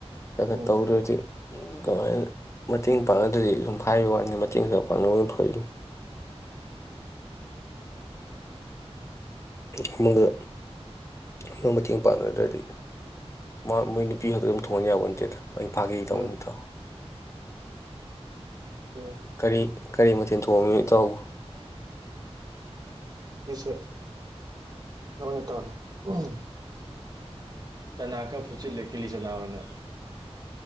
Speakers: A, on the left; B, on the right.
A: ꯈꯥ ꯈꯥ
B: ꯎꯝ
A: ꯇꯧꯔꯨꯔꯗꯤ ꯀꯃꯥꯏꯅ ꯃꯇꯦꯡ ꯄꯥꯡꯅꯗ꯭ꯔꯗꯤ ꯁꯨꯝ ꯍꯥꯏꯔꯤꯕ ꯋꯥꯅꯤ ꯃꯇꯦꯡ ꯈꯔ ꯄꯥꯡꯅꯕ ꯐꯔꯤꯅꯤ ꯑꯝꯃꯒ ꯒ ꯃꯇꯦꯡ ꯄꯥꯡꯅꯗ꯭ꯔꯗꯤ ꯃꯥ ꯃꯣꯏ ꯅꯨꯄꯤ ꯈꯛꯇ ꯑꯗꯨꯝ ꯊꯣꯡꯍꯟ ꯌꯥꯕ ꯅꯠꯇꯦꯗ ꯃꯣꯏ ꯐꯥꯒꯦ ꯇꯧꯅꯨꯗꯣ
B: ꯎꯝ ꯅꯦ
A: ꯀꯔꯤ ꯀꯔꯤ ꯃꯊꯦꯜ ꯊꯣꯡꯉꯤ ꯏꯇꯥꯎꯕꯨ
B: ꯁꯤꯁꯦ ꯀꯩꯅꯣ ꯑꯣꯏꯅ ꯇꯧꯔꯦ ꯎꯝ ꯆꯅꯥ ꯈꯔ ꯐꯨꯠꯆꯤꯜꯂꯦ ꯀꯤꯂꯤ ꯆꯅꯥ ꯑꯣꯏꯅ